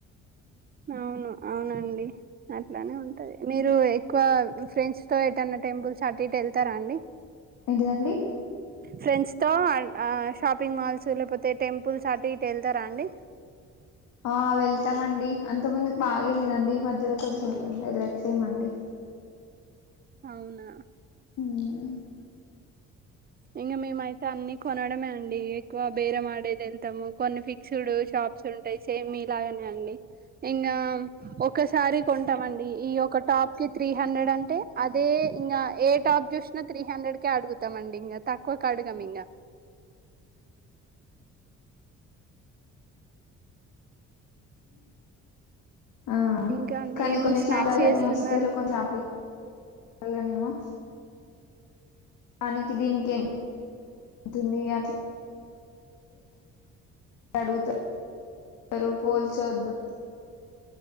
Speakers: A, on the right (about 30°); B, on the left (about 85°).
A: అవును అవునన్ <unintelligible> అట్లానే ఉంటది మీరు ఎక్కువ ఫ్రెండ్స్ తో ఎటన్న టెంపుల్స్ అటు ఇటు వెళ్తారా అండి
B: ఏంటిదండి
A: ఫ్రెండ్స్ తో ఆ షాపింగ్ మాల్స్ లేకపోతే టెంపుల్స్ అటు ఇటు వెళ్తారా అండి
B: ఆ వెళ్తామండి అంత ముందు బాగా వెళ్ళదండి ఈ మధ్యలో కొంచెం వెళ్ళట్లేయమండి
A: అవునా
B: ఉమ్
A: ఇంగ మేంఅయితే దన్ని కొనడమే అండి ఎక్కువ బేరం మాడేది వెళ్తాము కొన్ని ఫిక్స్డ్ షాప్స్ ఉంటాయి సేమ్ మీలాగనే అండి ఇంకా ఒకసారి కొంటాం అండి ఈ ఒక టాప్ కి త్రీ హండ్రెడ్ అంటే అదే ఇంకా ఏ టాప్ చూస్త ఇంగ త్రీ హండ్రెడ్ కే అడుగుతామండి ఇంగ తక్కువకు అడగం ఇంగ
B: ఆ
A: ఇంకా అండి
B: కానీ
A: ఏం
B: కొన్ని
A: స్నాక్స్
B: షాపులలనేమి
A: చేస్తున్నారు
B: ఇస్తరు కొన్ని షాపుల మళ్ళానేమో దానికి దీనికి ఎంతుంది అట్ల అడుగుతారు పోల్చోద్దు